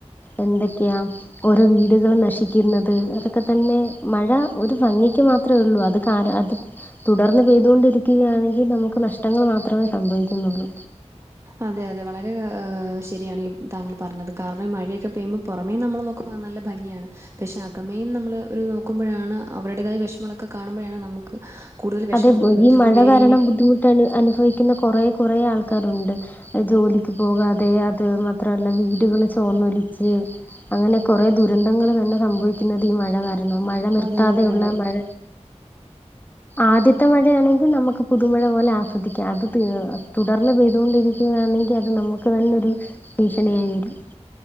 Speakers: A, on the left (about 15°); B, on the right (about 25°).
A: എന്തൊക്കെയാ ഓരോ വീടുകളും നശിക്കുന്നത് അതൊക്കെ തന്നെ മഴ ഒരു ഭങ്ങിക്ക് മാത്രം മാത്രേ ഉള്ളൂ അത് കാര അത് തുടർന്ന് പെയ്തുകൊണ്ടിരിക്കുകയാണെങ്കി നമുക്ക് നഷ്ടങ്ങൾ മാത്രമേ സംഭവിക്കുന്നുള്ളൂ
B: അതെ അതെ വളരെ ഹ് ശരിയാണ് ഈ താങ്കൾ പറഞ്ഞത് കാരണം ഈ മഴയൊക്കെ പെയ്യുമ്പം പുറമേ നമ്മള് നോക്കുമ്പ ആ നല്ല ഭംങ്ങിയാണ് പക്ഷെ അകമേം നമ്മള് ഒരു നോക്കുമ്പഴാണ് അവരുടേതായ വെഷമങ്ങളൊക്കെ ഒക്കെ കാണുമ്പഴാണ് നമുക്ക് കൂടുതൽ വിഷമം
A: അതെ
B: അത് എത്രയോ
A: ഈ മഴ
B: പേര്
A: കാരണം
B: ഇങ്ങനെ
A: ബുദ്ധിമുട്ട് അനുഭവിക്കുന്ന കുറെ കുറേ ആൾക്കാരുണ്ട് ജോലിക്ക് പോകാതെ അത് മാത്രമല്ല വീടുകള് ചോർന്നൊലിച്ച് അങ്ങനെ കൊറേ ദുരന്തങ്ങൾ തന്നെ സംഭവിക്കുന്നത് ഈ മഴ കാരണം മഴ നിർത്താതെയുള്ള
B: അതെ അതെ അതെ
A: മഴ ആദ്യത്തെ മഴയാണെങ്കിൽ നമുക്ക് പുതുമഴ പോലെ ആസ്വദിക്കാം അത് തീർ തുടർന്ന് പെയ്തുകൊണ്ടിരി രിയ്ക്കുവാണെങ്കി അത് നമുക്ക് തന്നെ ഒരു ഭീഷണിയായി വരും